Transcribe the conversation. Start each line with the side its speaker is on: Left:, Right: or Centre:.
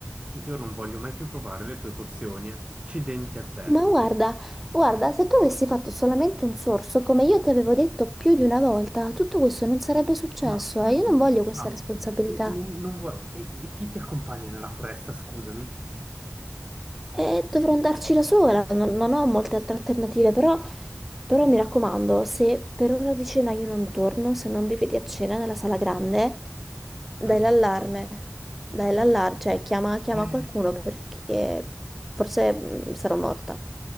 Right: io non voglio mai più provare le tue pozioni. eh. Accidenti a te.
Centre: Ma guarda, guarda, se tu avessi fatto solamente un sorso, come io ti avevo detto più di una volta, tutto questo non sarebbe successo
Right: Ma adesso
Centre: e io
Right: cosa
Centre: non voglio
Right: facciamo?
Centre: questa responsabilità.
Right: N- non- non vuoi- E, e chi ti accompagna nella foresta, scusami?
Centre: E dovrò andarci da sola, non, non ho molte altre alternative, però, però mi raccomando, se per ora di cena io non torno, se non mi vedi a cena nella sala grande, dai
Right: Mm.
Centre: l'allarme, dai l'allarme, cioè chiama, chiama
Right: È
Centre: qualcuno perché forse mm, sarò morta.